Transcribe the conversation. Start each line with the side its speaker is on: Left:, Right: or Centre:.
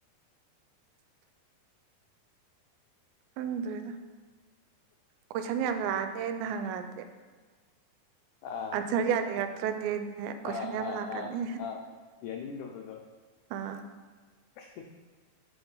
Right: <inaudible> ꯈꯪꯗ꯭ꯔꯦꯗ ꯀꯣꯏꯁꯟ ꯌꯥꯝ ꯂꯥꯛꯑꯅꯤ ꯑꯩꯅ ꯍꯪꯉꯛꯑꯗꯤ
Left: ꯑꯥ
Right: ꯑꯟꯁꯔ ꯌꯥꯅꯤꯡꯉꯛ ꯗꯦꯅꯦ ꯀꯣꯏꯁꯟ
Left: ꯑꯥ
Right: ꯌꯥꯝ
Left: ꯑꯥ
Right: ꯂꯥꯛꯀꯅꯤ
Left: ꯑꯥ ꯑꯥ ꯌꯥꯅꯤꯡꯗꯕꯗꯣ
Right: ꯑꯥ
Left: <inaudible>